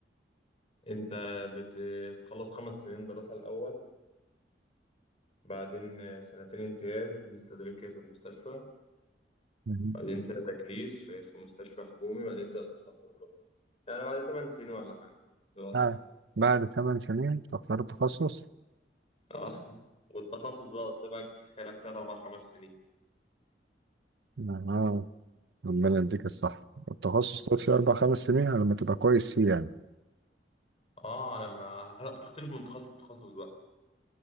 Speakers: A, on the left; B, on the right.
A: انت بت- بتخلص خمس سنين دراسه الاول بعدين آه، سنتين امتياز تنزل تدريب كده في المستشفى
B: مهم.
A: بعدين سنه تكليف آه، في مستشفى حكومي بعدين تبدا تتخصص بقى يعني بعد ثمان سنين ولا حاجه دراسه
B: آه. بعد ثمان سنين تختار التخصص
A: اه والتخصص بقى قدامك حالك تلات اربع خمس سنين
B: آه. ربنا يديك الصحة التخصص تقعد فيه أربع خمس سنين على ما تبقى كويس فيه يعني
A: اه انا ما على حسب بتختلف من تخصص لتخصص